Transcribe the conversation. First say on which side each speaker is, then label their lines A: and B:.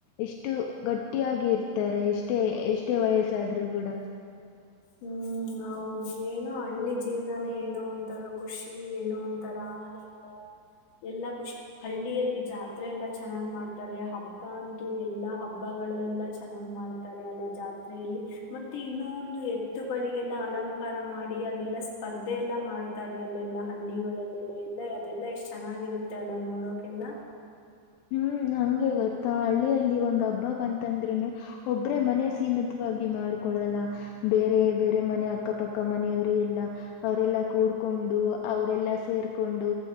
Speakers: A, on the left; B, on the left.
A: ಎಷ್ಟು ಗಟ್ಟಿಯಾಗಿ ಇರ್ತಾರೆ ಎಷ್ಟೇ ಎಷ್ಟ. ಅಷ್ಟೇ ವಯಸ್ಸಾದ್ರೂ ಕೂಡ.
B: ಹು ಹೌದು ಏನೋ ಹಳ್ಳಿ ಜೀವನಾನೇ ಏನೋ ಅಂತಾರ ಖುಷಿ ಏನೋ ಅಂತಾರ ಆನಂದ ಎಲ್ಲಾ ಖುಷಿ ಹಳ್ಳಿಯಲ್ಲಿ ಜಾತ್ರೆ ಎಲ್ಲಾ ಚೆನ್ನಾಗ್ ಮಾಡ್ತಾರೆ ಹಬ್ಬ ಅಂತೂ ಎಲ್ಲಾ ಹಬ್ಬಗಳು ಎಲ್ಲಾ ಚೆನ್ನಾಗ್ ಮಾಡ್ತಾರೆ ಅಲ್ಲ ಜಾತ್. ಇಲ್ಲಿ ಮತ್ತೆ ಇನ್ನೂ ಒಂದು ಎತ್ತುಗಳಿಗೆಲ್ಲ ಅಲಂಕಾರ ಮಾಡಿ ಅದೆಲ್ಲ ಸ್ಪರ್ಧೆ ಎಲ್ಲಾ ಮಾಡ್ತಾರೆ ಅಲ್ಲೆಲ್ಲ ಹಳ್ಳಿಗಳಲ್ಲೆಲ್ಲ ಎಲ್ಲಾ ಅದೆಲ್ಲಾ ಎಷ್ಟ್ ಚೆನ್ನಾಗಿರುತ್ತೆ ಅಲ್ಲ ನೋಡೋಕೆಲ್ಲ.
A: ಹು ಹಂಗೆ ಗೊತ್ತಾ ಹಳ್ಳಿಯಲ್ಲಿ ಒಂದ್ ಹಬ್ಬ ಬಂತಂದ್ರುನು ಒಬ್ರೇ ಮನೆ ಸೀಮಿತವಾಗಿ ಮಾಡ್ಕೊಳ್ಳಲ್ಲ ಬೇರೆ ಬೇರೆ ಮನೆ ಅಕ್ಕಪಕ್ಕ ಮನೆಯವರು ಎಲ್ಲಾ ಅವರೆಲ್ಲಾ ಕೂಡ್ಕೊಂಡು ಅವರೆಲ್ಲಾ ಸೇರ್ಕೊಂಡು